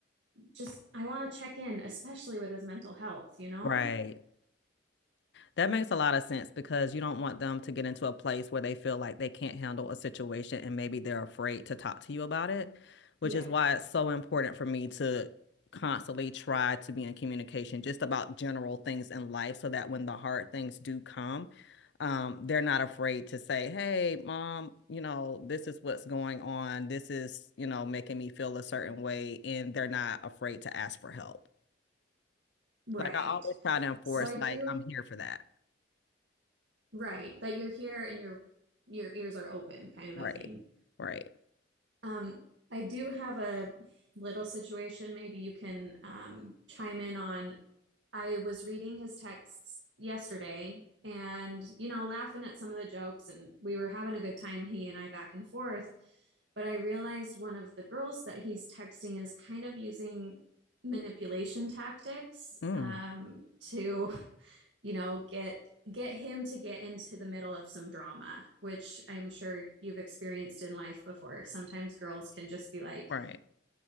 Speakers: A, on the right (about 70°); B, on the left (about 65°).
A: just I want to check in, especially with his mental health, you know?
B: Right. That makes a lot of sense because you don't want them to get into a place where they feel like they can't handle a situation and maybe they're afraid to talk to you about it, which
A: Yeah.
B: is why it's so important for me to constantly try to be in communication just about general things in life so that when the hard things do come, um, they're not afraid to say, Hey, mom, you know, this is what's going on. This is, you know, making me feel a certain way. And they're not afraid to ask for help.
A: Right.
B: Like I always try to enforce,
A: So I do,
B: like, I'm here for that.
A: right, that you're here and your your ears are open kind of
B: Right.
A: a thing.
B: Right.
A: Um, I do have a little situation maybe you can um chime in on I was reading his texts yesterday and, you know, laughing at some of the jokes, and we were having a good time, he and I back and forth. But I realized one of the girls that he's texting is kind of using manipulation tactics
B: Mm,
A: um, to, you know, get get him to get into the middle of some drama, which I'm sure you've experienced in life before. Sometimes girls can just be like,
B: right.